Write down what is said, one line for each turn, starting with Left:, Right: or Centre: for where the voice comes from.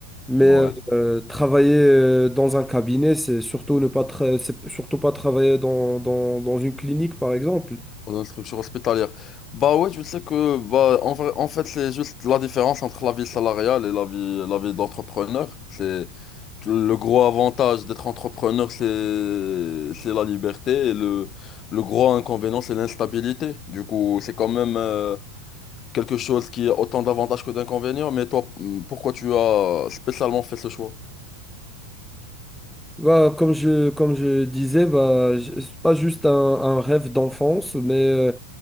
Centre: Mais
Left: Ouais.
Centre: euh, travailler euh, dans un cabinet, c'est surtout ne pas tra- c'est surtout pas travailler dans, dans, dans une clinique, par exemple.
Left: Dans une structure hospitalière. Bah ouais, tu sais que, bah, en vrai- en fait, c'est juste la différence entre la vie salariale et la vie, la vie d'entrepreneur. C'est le gros avantage d'être entrepreneur, c'est, c'est la liberté et le, le gros inconvénient, c'est l'instabilité. Du coup, c'est quand même. euh, quelque chose qui a autant d'avantages que d'inconvénients, mais toi, hmm, pourquoi tu as spécialement fait ce choix?
Centre: Bah, comme je, comme je disais, bah, j- c'est pas juste un, un rêve d'enfance, mais euh,